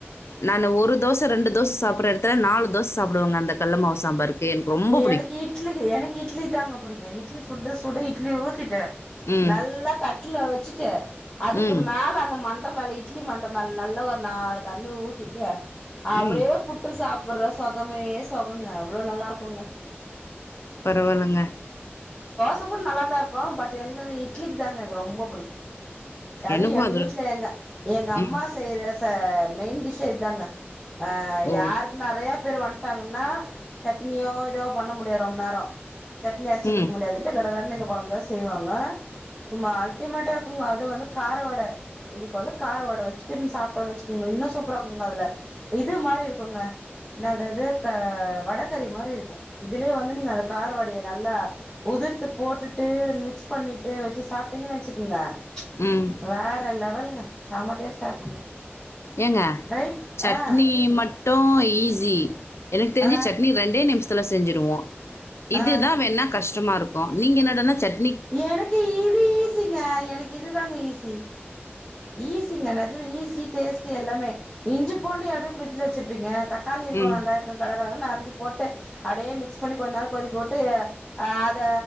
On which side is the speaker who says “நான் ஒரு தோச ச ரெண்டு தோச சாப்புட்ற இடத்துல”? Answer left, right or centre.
Left